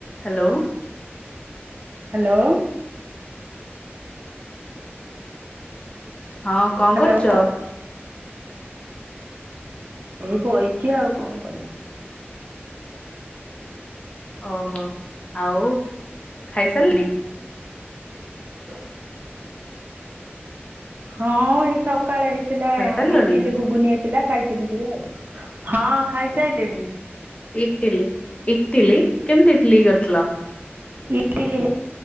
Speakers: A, on the left (about 30°); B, on the right (about 45°).
A: Hello.
B: Hello.
A: ହଁ କଣ
B: hello.
A: କରୁଛ?
B: <unintelligible> ଏଇ ବଇଚି ଆଉ କଣ କରିମି।
A: ଓହୋ ଆଉ ଖାଇସାରିଲେଣି?
B: ହ <inaudible> ହଁ ଏଇ ସକାଳେ ହେଇଥିଲା
A: ଖାଇସାରିଲଣି
B: ଇଟିଲି ଘୁଗୁନି ହେଇଥିଲା ଖାଇଥିନି। ତିକି ଆଉ ହଁ ଖାଇସାରିଲିଣି।
A: ଇଟିଲି ଇଟିଲି କେମିତି ଇଟିଲି କରିଥିଲ?
B: ଇଟିଲି।